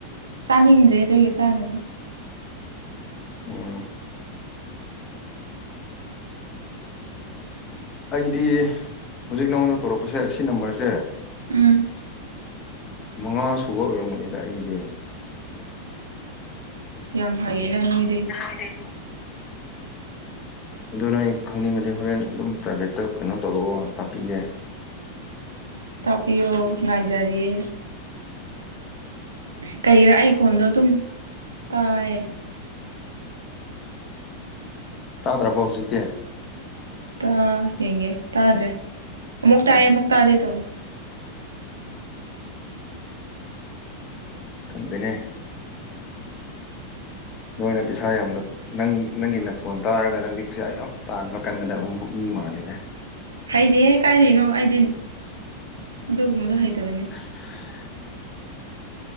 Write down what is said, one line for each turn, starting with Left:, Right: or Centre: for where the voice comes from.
Right: ꯆꯥꯅꯤꯡꯗ꯭ꯔꯤ ꯑꯗꯨꯏ ꯆꯥꯗꯕ
Left: ꯎꯝ ꯑꯩꯗꯤ ꯍꯧꯖꯤꯛ ꯅꯉꯣꯟꯗ ꯇꯧꯔꯛꯄꯁꯦ ꯁꯤ ꯅꯝꯕꯔꯁꯦ
Right: ꯎꯝ
Left: ꯃꯉꯥ ꯁꯨꯕ ꯑꯣꯏꯔꯝꯒꯅꯤꯗ ꯑꯩꯗꯤ
Right: ꯌꯥꯝ ꯍꯩꯌꯦꯅ ꯅꯣꯏꯗꯤ
Left: ꯅꯣꯏꯗꯤ ꯑꯗꯨ ꯅꯣꯏ ꯈꯪꯅꯤꯡꯉꯗꯤ ꯍꯣꯔꯦꯟ ꯑꯗꯨꯝ ꯄ꯭ꯔꯥꯏꯕꯦꯠꯇ ꯀꯩꯅꯣ ꯇꯧꯔꯛꯑꯣ ꯇꯥꯛꯄꯤꯒꯦ
Right: ꯇꯥꯛꯄꯤꯌꯣ ꯉꯥꯏꯖꯔꯤꯌꯦ ꯀꯩꯒꯤꯔ ꯑꯩꯒꯤ ꯈꯣꯟꯗꯣ ꯑꯗꯨꯝ ꯇꯥꯏꯌꯦ
Left: ꯇꯥꯗ꯭ꯔꯕꯣ ꯍꯧꯖꯤꯛꯇꯤ
Right: ꯇꯥ ꯌꯦꯡꯒꯦ ꯇꯥꯗ꯭ꯔꯦ ꯑꯃꯨꯛ ꯇꯥꯏ
Left: ꯎꯝ
Right: ꯑꯃꯨꯛ ꯇꯥꯗꯦ ꯇꯧꯋꯦ
Left: ꯈꯪꯗꯦꯅꯦ ꯅꯣꯏꯅ ꯄꯩꯁꯥ ꯌꯥꯝꯅ ꯅꯪ ꯅꯪꯒꯤ ꯅꯈꯣꯟ ꯇꯥꯔꯒ ꯅꯪꯗꯤ ꯄꯩꯁꯥ ꯌꯥꯝ ꯇꯥꯟꯕ ꯀꯥꯟꯒꯗꯕ ꯃꯤ ꯃꯥꯜꯂꯦꯗ
Right: ꯍꯩꯗꯤꯍꯦ ꯀꯥꯏꯗꯩꯅꯣ ꯑꯩꯗꯤ ꯑꯗꯨꯒꯨꯝꯕꯗꯣ ꯍꯩꯇꯕꯅꯦ
Left: <inaudible>